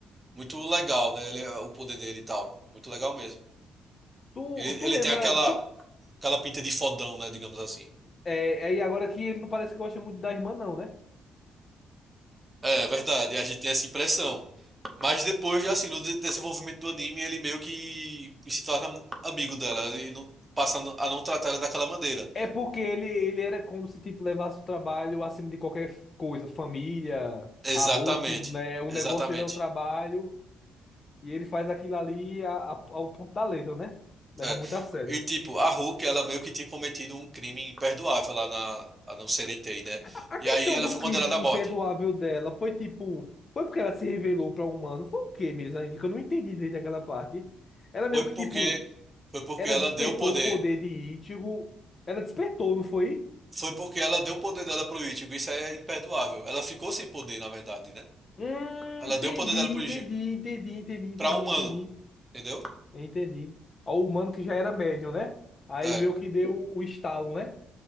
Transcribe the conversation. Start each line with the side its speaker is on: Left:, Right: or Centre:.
Right: muito legal, né? Ele, é, o poder dele e tal. Muito legal mesmo.
Left: Tu,
Right: Ele,
Left: tu
Right: ele
Left: lembra.
Right: tem aquela,
Left: Tu,
Right: aquela pinta de fodão, né, digamos assim.
Left: é, aí agora que ele não parece que gosta muito da irmã, não, né?
Right: É, verdade. A gente tem essa impressão. Mas depois,
Left: Co-
Right: assim, no de- desenvolvimento do anime, ele meio que se torna mu- amigo dela. Ele não passa a não a não tratar ela daquela maneira.
Left: É porque ele, ele era como se tipo, levasse o trabalho acima de qualquer coisa, família,
Right: Exatamente.
Left: amor, tudo, né? O
Right: Exatamente.
Left: negócio dele é o trabalho e ele faz aquilo ali a- a- ao ponto da letra, né? Leva
Right: É.
Left: muito a sério.
Right: E tipo, a Hulk, ela meio que tinha cometido um crime imperdoável lá na, a não ser ET, né?
Left: A, a
Right: E
Left: questão
Right: aí ela
Left: do
Right: foi
Left: crime
Right: condenada à morte.
Left: imperdoável dela foi tipo. Foi porque ela se revelou para um humano? Foi o quê mesmo, ainda que eu não entendi desde aquela parte. Ela meio
Right: Foi
Left: que
Right: porque
Left: tipo.
Right: foi porque
Left: Ela
Right: ela
Left: despertou
Right: deu o poder.
Left: o poder de Ichigo. Ela despertou, não foi?
Right: Foi porque ela deu o poder dela pro Ichigo. Isso é imperdoável. Ela ficou sem poder, na verdade, né?
Left: Hum,
Right: Ela
Left: entendi,
Right: deu o poder dela pro
Left: entendi,
Right: Ichigo
Left: entendi, entendi, entendi,
Right: para humano,
Left: entendi.
Right: entendeu?
Left: Entendi. Ó, o humano que já era médium, né? Aí
Right: É,
Left: meio que deu o o estalo, né?